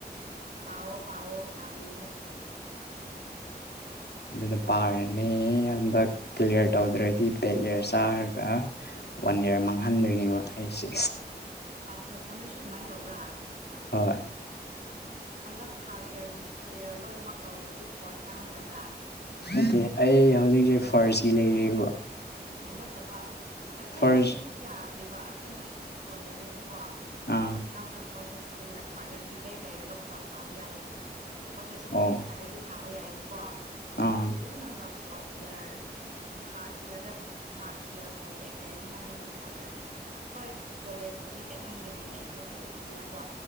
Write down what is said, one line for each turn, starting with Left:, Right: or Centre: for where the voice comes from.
Right: ꯄꯥꯎꯋꯣ ꯄꯥꯎꯋꯣ ꯇꯥꯡꯒꯅꯣ
Left: ꯑꯗꯨꯅ ꯄꯥꯔꯅꯦ ꯍꯥꯟꯗꯥꯛ ꯄ꯭ꯂꯦꯌꯔ ꯇꯧꯗ꯭ꯔꯗꯤ ꯕꯦꯠꯂꯔ ꯆꯥꯔꯒ ꯋꯥꯟ ꯏꯌꯥꯔ ꯃꯥꯡꯍꯟꯗꯣꯏꯅꯦꯕ ꯑꯩꯁꯦ
Right: ꯑꯠꯆꯥ ꯑꯠꯆꯥ ꯅꯣꯏꯁꯨ ꯑꯗꯨꯃꯥꯏꯅ ꯇꯧꯕ꯭ꯔꯥ
Left: ꯍꯣꯏ
Right: ꯍꯟꯗꯛ ꯊꯥꯔꯠ ꯏꯌꯥꯔꯒꯤ ꯏꯌꯔ ꯂꯣꯏꯅꯃꯛ ꯇꯧꯗ꯭ꯔꯗꯤ ꯐꯣꯔꯠ ꯀꯥꯍꯟꯗꯕ꯭ꯔꯥ
Left: ꯅꯠꯇꯦ ꯑꯩ ꯍꯧꯖꯤꯛꯁꯦ ꯐꯔꯁꯤ ꯂꯩꯔꯤꯕ
Right: ꯎꯝ ꯅꯠꯇꯕ ꯑꯩꯈꯣꯏ
Left: ꯐꯥꯔꯁ
Right: ꯅꯔꯁꯤꯡꯒꯤꯗꯤ ꯌꯥꯗꯦꯕ ꯑꯩꯈꯣꯏ ꯅꯔꯁꯤꯡꯁꯨ ꯐꯣꯔꯌꯔꯅꯦꯕꯀꯣ
Left: ꯑꯥ
Right: ꯅꯪꯅ ꯐꯔꯁ ꯌꯔꯦꯀꯦꯟ ꯌꯔ ꯊꯥꯔꯠ ꯏꯌꯔꯒꯤ ꯕꯦꯛ ꯂꯩꯔꯒ ꯐꯣꯔꯠ ꯊꯕ ꯌꯥꯗꯦ ꯑꯩꯈꯣꯏꯗꯤ ꯐꯔꯁꯔꯦꯀꯦꯟ
Left: ꯑꯣ
Right: ꯏꯌꯔ ꯊꯥꯔꯠ ꯌꯔꯗꯤ ꯊꯥꯕ ꯌꯥꯏꯕꯀꯣ
Left: ꯑꯥ
Right: ꯑꯗꯨꯕꯨ ꯅꯪꯅ ꯐꯣꯔꯠ ꯏꯌꯥꯔ ꯊꯥꯔꯠ ꯏꯌꯥꯔꯗ ꯊꯥꯔꯗ ꯏꯌꯥꯔ ꯐꯥꯎ ꯕꯦꯛ ꯂꯩꯔꯗꯤ ꯅꯪꯉꯣꯟꯗ ꯐꯣꯔꯠ ꯏꯔ ꯍꯣꯏ ꯀꯣꯂꯦꯖꯄꯨꯗꯤ ꯆꯠꯍꯟꯒꯅꯤꯉ ꯑꯩꯈꯣꯏ ꯀꯣꯂꯦꯖꯅꯤꯅꯀꯣ